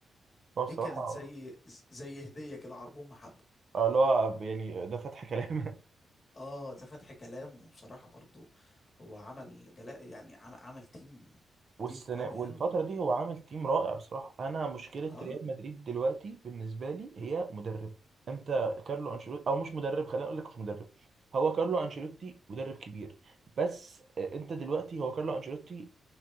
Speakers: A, on the right; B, on the left.
A: هو بصراحة
B: دي كانت زي زي هدية كده عربون محبة
A: اه اللي هو يعني ده فتح كلام <laughs>
B: اه ده فتح كلام وبصراحة برضو هو عمل جلاء يعني عمل, عمل تيم
A: والسنة
B: تيم قوي
A: والفترة
B: قوي
A: دي هو عامل تيم رائع بصراحة أنا مشكلة
B: اه
A: ريال مدريد دلوقتي بالنسبة لي هي مدرب أنت كارلو أنشيلوتي أو مش مدرب خلينا أقول لك مش مدرب هو كارلو أنشيلوتي مدرب كبير بس آه، أنت دلوقتي هو كارلو أنشيلوتي